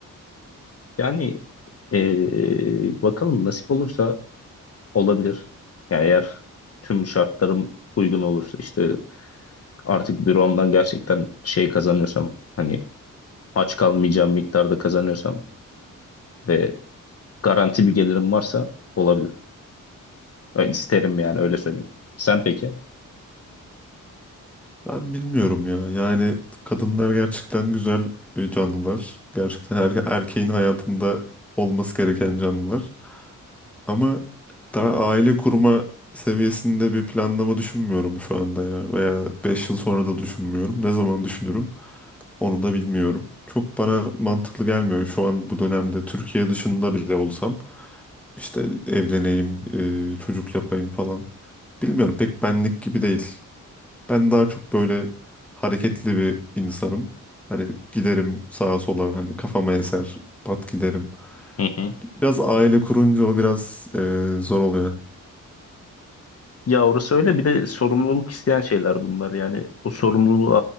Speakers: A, on the left; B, in the centre.
A: Yani ee, bakalım nasip olursa Olabilir. Yani eğer tüm şartlarım uygun olursa işte artık büromdan gerçekten şey kazanıyorsam hani aç kalmayacağım miktarda kazanıyorsam ve garanti bir gelirim varsa olabilir. Ya isterim yani öyle söyleyeyim. Sen peki?
B: Ben bilmiyorum ya. Yani kadınlar gerçekten güzel e, canlılar. Gerçekten her erkeğin hayatında olması gereken canlılar. Ama daha aile kurma seviyesinde bir planlama düşünmüyorum şu anda ya. Veya 5 yıl sonra da düşünmüyorum. Ne zaman düşünürüm onu da bilmiyorum. Çok bana mantıklı gelmiyor şu an bu dönemde. Türkiye dışında bile olsam işte evleneyim, e, çocuk yapayım falan. Bilmiyorum pek benlik gibi değil. Ben daha çok böyle hareketli bir insanım. Hani giderim sağa sola hani kafama eser, pat giderim.
A: Hı hı.
B: Biraz aile kurunca o biraz e, zor oluyor.
A: Ya orası öyle bir de sorumluluk isteyen şeyler bunlar yani o sorumluluğu